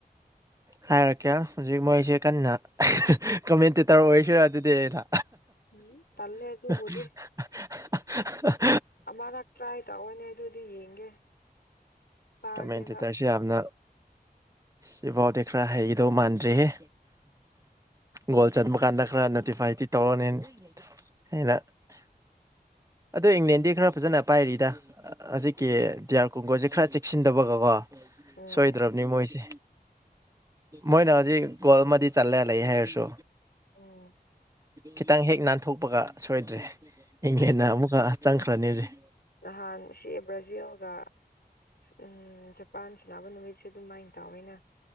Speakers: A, on the right; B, on the left.
A: ꯍꯥꯏꯔꯛꯀꯦ ꯍꯧꯖꯤꯛ ꯃꯣꯏꯁꯦ ꯀꯟꯅ ꯀꯃꯦꯟꯇꯦꯇꯔ ꯑꯣꯏꯔꯁꯔ ꯑꯗꯨꯗꯤ ꯑꯩꯅ
B: ꯎꯝ ꯇꯜꯂꯦ ꯑꯗꯨꯕꯨꯗꯤ
A: <inaudible>
B: ꯑꯃꯔꯛ ꯇ꯭ꯔꯥꯏ ꯇꯧꯔꯅꯦ ꯑꯗꯨꯗꯤ ꯌꯦꯡꯒꯦ ꯇꯥꯒꯦꯕ
A: ꯀꯃꯇꯤ ꯇꯔꯁꯤ ꯑꯅ ꯁꯤꯐꯥꯎꯗꯤ ꯈꯔ ꯍꯩꯈꯤꯗꯧ ꯃꯥꯟꯗ꯭ꯔꯤꯍꯦ ꯒꯣꯜ ꯆꯟꯕ ꯀꯥꯟꯗ ꯈꯔ ꯅꯣꯇꯤꯐꯥꯏꯇꯤ ꯇꯧꯔꯅꯤ ꯑꯩꯅ ꯑꯗꯣ ꯏꯪꯂꯦꯟꯗꯤ ꯈꯔ ꯐꯖꯅ ꯄꯥꯏꯔꯤꯗ ꯍꯧꯖꯤꯛꯀꯤ
B: ꯎꯝ
A: ꯗꯤꯌꯥꯔ ꯀꯣꯡꯒꯣ ꯈꯔ ꯆꯦꯛꯁꯤꯟꯗꯕꯒꯀꯣ
B: ꯎꯝ
A: ꯁꯣꯏꯗ꯭ꯔꯕꯅꯤ ꯃꯣꯏꯁꯦ ꯃꯣꯏꯅ ꯍꯧꯖꯤꯛ ꯀꯣꯜ ꯃꯗꯤ ꯆꯠꯂꯦ ꯂꯩ ꯍꯥꯏꯔꯁꯨ
B: ꯎꯝ
A: ꯈꯤꯇꯪ ꯍꯦꯛ ꯅꯥꯟꯊꯣꯛꯄꯒ ꯁꯣꯏꯗ꯭ꯔꯦ ꯏꯪꯂꯦꯟꯅ ꯑꯃꯨꯛ ꯀꯀꯥ ꯆꯪ ꯈ꯭ꯔꯅꯤ ꯍꯧꯖꯤꯛ
B: ꯅꯍꯥꯟ ꯁꯤ ꯕ꯭ꯔꯥꯖꯤꯜꯒ ꯎꯝ ꯖꯄꯥꯟ ꯁꯅꯥꯕ ꯅꯨꯃꯤꯠꯁꯦ ꯑꯗꯨꯃꯥꯏꯅ ꯇꯥꯋꯦꯅ